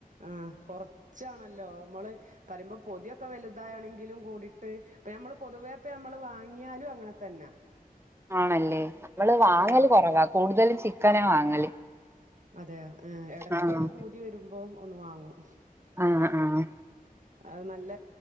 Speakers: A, on the right; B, on the right.
A: ആഹ് കൊറച്ചാണല്ലോ നമ്മള് പറയുമ്പോ പൊതിയൊക്കെ വലുതാണെങ്കിലും കൂടിട്ട് ഇപ്പ നമ്മൾ പൊതുവേപ്പ നമ്മള് വാങ്ങിയാലും അങ്ങനെ തന്നെ
B: ആണല്ലേ നമ്മള് വാങ്ങല്
A: ആ
B: കുറവാ കൂടുതലും ചിക്കനാ വാങ്ങല്
A: അതയൊ ഏഹ് എടക്കൊരു
B: ആഹ്
A: പൂതി വരുമ്പോ ഒന്ന് വാങ്ങൂ
B: ആഹ് ആഹ്
A: അത് നല്ല